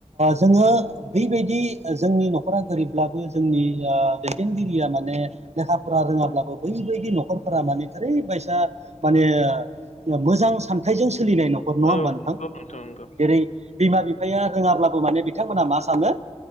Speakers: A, on the right (about 70°); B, on the left (about 80°).
A: जोङो बेबायदि जोंनि नख'र नखरा गोरिबब्लाबो जोंनि दैदेनगिरिया माने लेखा फरा रोङाब्लाबो बैबायदि नख'र नखरफोरा माने ओरैबायदि माने मोजां सानथायजों सोलिनाय नखर नङा
B: औ
A: हबा नोंथां
B: नंगौ नंगौ
A: जेरै बिमा बिफा मफाया रोङाब्लाबो माने बिथांमोनहा मा सानो